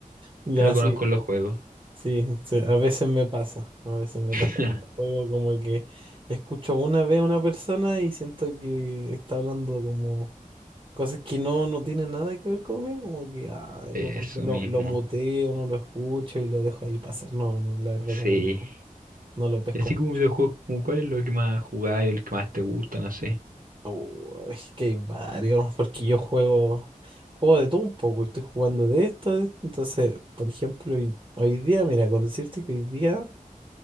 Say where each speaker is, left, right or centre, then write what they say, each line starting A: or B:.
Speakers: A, on the right; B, on the right.
A: Ya
B: que no conozco
A: sí,
B: en los juegos.
A: sí, sí, a veces me pasa, a veces me
B: <laughs>
A: pasa con los juegos, como que escucho una vez a una persona y siento que está hablando como cosas que no, no tienen nada que ver conmigo, como que, ah,
B: Eso
A: como que lo,
B: mismo,
A: lo muteo, no lo escucho y lo dejo ahí pasar. No, no, la verdad
B: sí.
A: como que no, no lo pesco
B: Y así
A: mucho.
B: como videojuegos, como cuál es lo que más jugáis, el que más te gusta, no sé.
A: Oh, es que hay varios, porque yo juego, juego de todo un poco, estoy jugando de esto, de entonces, por ejemplo, hoy, hoy día, mira, con decirte que hoy día